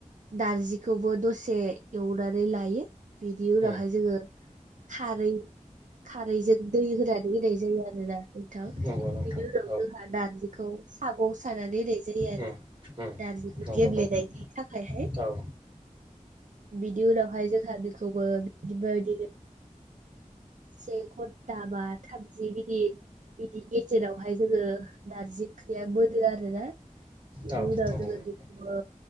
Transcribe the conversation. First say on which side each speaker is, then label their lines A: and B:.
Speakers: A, on the right; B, on the right.
A: नार्जिखौबो दसे एवनानै लायो। बिनि उनावहाय
B: उम
A: जोङो खारै खारैजों दै होनानै होननाय जायो आरोना नोंथां
B: नंगौ नोंथां
A: बिनि उनाव
B: औ
A: जोंहा दा बिखौ सागं सानानै ओरै जायो आरो
B: उम उम
A: नारजिखौ
B: नंगौ
A: गेब्लेनायनि
B: नोंथां
A: थाखायहाय।
B: औ
A: बिनि उनावहाय जोंहा बिखौबो बिबायदिनो से घनता बा थामजि बिदि बिनि गेजेरावहाय जोङो नारजि ओंख्रिया मोनो आरो ना। बिनि
B: औ
A: उनाव
B: नंगौ
A: जोङो
B: नोंथां
A: बिखौबो